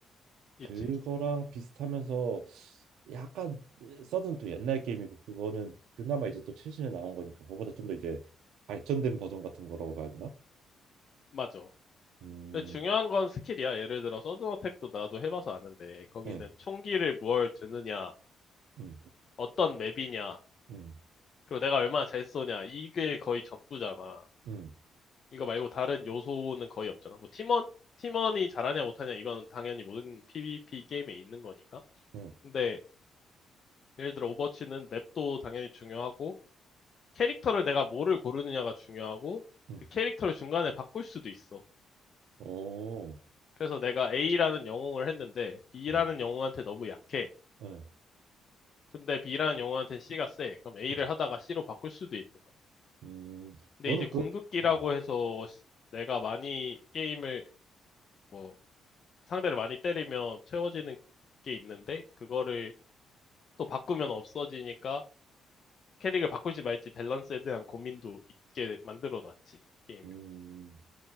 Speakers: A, on the left; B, on the right.
A: 있지.
B: 그거랑 비슷하면서 약간 서든 또 옛날 게임이고 그거는 그나마 이제 또 최신에 나온 거니까 그거보다 좀 더 이제 발전된 버전 같은 거라고 봐야 되나?
A: 맞아.
B: 음,
A: 근데 중요한 건 스킬이야. 예를 들어 서든 어택도 나도 해봐서 아는데 거기는
B: 응,
A: 총기를 뭘 드느냐,
B: 응,
A: 어떤 맵이냐,
B: 응,
A: 그리고 내가 얼마나 잘 쏘냐 이게 거의 전부잖아.
B: 응,
A: 이거 말고 다른 요소는 거의 없잖아. 뭐 팀원 팀원이 잘하냐 못하냐 이건 당연히 모든 PVP 게임에 있는 거니까.
B: 응,
A: 근데 예를 들어 오버워치는 맵도 당연히 중요하고 캐릭터를 내가 뭐를 고르느냐가 중요하고
B: 응,
A: 그 캐릭터를 중간에 바꿀 수도 있어.
B: 오,
A: 그래서 내가 A라는 영웅을 했는데 B라는
B: 응,
A: 영웅한테 너무 약해.
B: 응,
A: 근데 B라는 영웅한테는 C가 세. 그럼 A를
B: 응,
A: 하다가 C로 바꿀 수도 있는 거야.
B: 음,
A: 근데
B: 너는
A: 이제 궁극기라고
B: 그, 음,
A: 해서 시- 내가 많이 게임을 뭐 상대를 많이 때리면 채워지는 게 있는데 그거를 또 바꾸면 없어지니까 캐릭을 바꿀지 말지 밸런스에 대한 고민도 있게 만들어 놨지, 게임을.
B: 음.